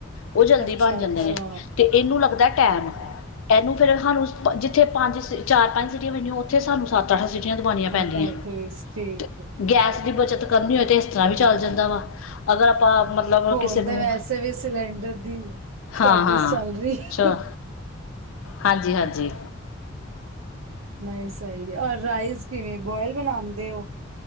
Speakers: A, on the left; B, on the right.
A: ਉਹ ਜਲਦੀ
B: ਅੱਛਾ
A: ਬਣ ਜਾਂਦੇ
B: ਅੱਛਾ
A: ਨੇ, ਤੇ ਇਹਨੂੰ ਲੱਗਦਾ ਟਾਈਮ ਇਹਨੂੰ ਫੇਰ ਹਾਨੂੰ ਜਿਥੇ ਪੰਜ, ਚਾਰ -ਪੰਜ ਸੀਟੀਆਂ ਵਜਨੀਆ ਉਥੇ ਸਾਨੂੰ ਸੱਤ -ਅੱਠ ਸੀਟੀਆਂ ਦਵਾਉਣੀਆਂ ਪੈਂਦੀਆਂ
B: ਏਹ ਟੇਸਟ ਠੀਕ
A: ਤੇ ਗੈਸ ਦੀ ਬੱਚਤ ਕਰਨੀ ਹੋਏ ਤਾਂ ਇਸ ਤਰ੍ਹਾਂ ਵੀ ਚਲ ਜਾਂਦਾ ਵਾ, ਅਗਰ ਆਪਾਂ ਮਤਲਬ
B: ਹੁਣ
A: ਕਿਸੇ ਨੂੰ,
B: ਤੇ ਵੈਸੇ ਵੀ ਸਿਲੰਡਰ ਦੀ ਸ਼ੋਰਟੇਜ
A: ਹਾਂ- ਹਾਂ
B: ਚੱਲ ਰਹੀ ਹੈ।
A: 'ਚ- ਹਾਂਜੀ- ਹਾਂਜੀ-
B: ਨਹੀ ਸਹੀ, ਔਰ ਰਾਈਸ ਕਿਵੇ ਬੋਇਲ ਬਣਾਉਦੇ ਹੋ-